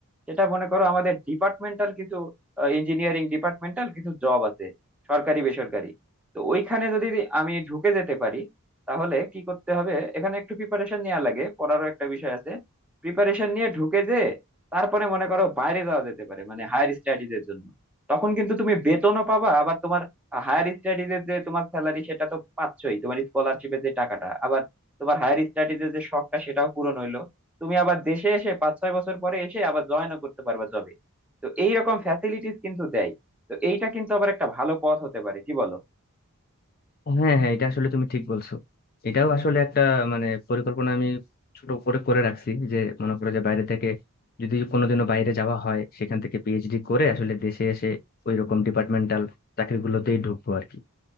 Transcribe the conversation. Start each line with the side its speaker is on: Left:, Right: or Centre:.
Centre: সেটা মনে করো আমাদের ডিপার্টমেন্টাল কিছু ইঞ্জিনিয়ারিং ডিপার্টমেন্টাল কিছু জব আছে সরকারি বেসরকারি তো ওইখানে যদি আমি ঢুকে যেতে পারি তাহলে কি করতে হবে এখানে একটু প্রিপারেশন নেওয়া লাগে পড়ারও একটা বিষয় আছে প্রিপারেশন নিয়ে ঢুকে যে তারপরে মনে করো বাইরে যাওয়া যেতে পারে মানে হায়ার স্টাডিজ এর জন্য তখন কিন্তু তুমি বেতনও পাবা আবার তোমার হায়ার স্টাডিজ এর যে তোমার স্যালারি সেটা তো পাচ্ছই তোমার স্কলারশিপের যে টাকাটা আবার তোমার হায়ার স্টাডিজের যে শখটা সেটাও পূরণ হইলো তুমি আবার দেশে এসে পাঁচ ছয় বছর পরে এসে আবার জয়েনও করতে পারবা জবে তো এইরকম ফ্যাসিলিটিস কিন্তু দেয় তো এইটা কিন্তু আবার একটা ভালো পথ হতে পারে কি বলো
Left: হ্যাঁ হ্যাঁ এটা আসলে তুমি ঠিক বলছো এটাও আসলে একটা মানে পরিকল্পনা আমি ছোট করে করে রাখছি যে মনে করো যে বাইরে থেকে যদি কোনোদিনও বাইরে যাওয়া হয় সেখান থেকে পিএইচডি করে আসলে দেশে এসে ওই রকম ডিপার্টমেন্টাল চাকরিগুলোতেই ঢুকবো আর কি